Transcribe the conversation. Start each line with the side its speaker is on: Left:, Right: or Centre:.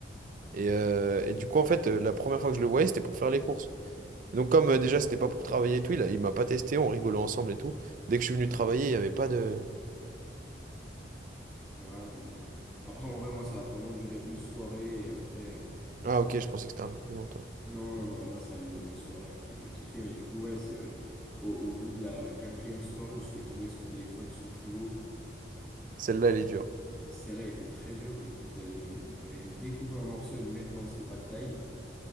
Right: Et, euh, et du coup, en fait, euh, la première fois que je le voyais, c'était pour faire les courses. Donc comme euh, déjà c'était pas pour travailler et tout, il, a- il m'a pas testé, on rigolait ensemble et tout. Dès que je suis venu travailler, il y avait pas de...
Centre: Ouais, bah, ouais. Après, en vrai, moi, ça a vraiment duré une soirée et après. euh,
Right: Ah ok, je pensais que c'était un peu plus longtemps.
Centre: Non, non, non, ouais, ça a duré une soirée après, il m'a kiffé, mais du coup, ouais, c'est euh, au, au bout de la quatrième soirée où je fais tomber son téléphone sous le frigo,
Right: Celle-là, elle est dure.
Centre: celle-là a été très dure, j'ai cru qu'il allait me, il allait me découper en morceaux et me mettre dans ses pas de taille,